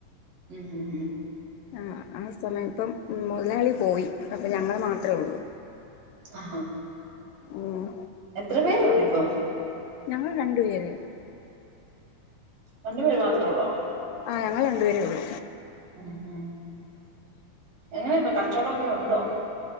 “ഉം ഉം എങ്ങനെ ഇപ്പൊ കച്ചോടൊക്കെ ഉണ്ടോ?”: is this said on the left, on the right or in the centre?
Right